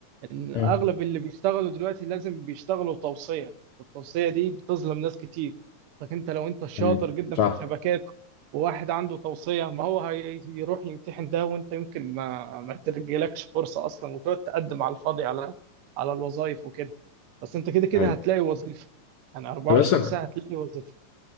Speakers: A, on the right; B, on the left.
A: ان
B: مم.
A: اغلب اللي بيشتغلوا دلوقتي لازم بيشتغلوا توصية والتوصية دي بتظلم ناس كتير لكن انت لو انت شاطر
B: مم.
A: جدا
B: صح
A: في الشبكات وواحد عنده توصية ما هو هي- هيروح يمتحن ده وانت يمكن ما ما ترجلكش فرصة اصلا وتقعد تقدم على الفاضي على على الوظائف وكده بس انت كده كده
B: أيوة.
A: هتلاقي وظيفة يعني 24
B: طب بس
A: ساعة هتلاقي وظيفة